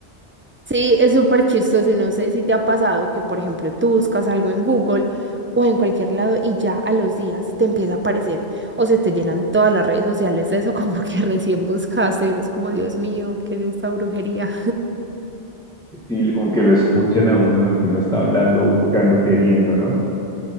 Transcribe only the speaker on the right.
Sí, es súper chistoso y no sé si te ha pasado que, por ejemplo, tú buscas algo en Google o en cualquier lado y ya a los días te empieza a aparecer o se te llenan todas las redes sociales de eso <laughs> como que recién buscaste y es como, Dios mío, ¿qué es esta brujería?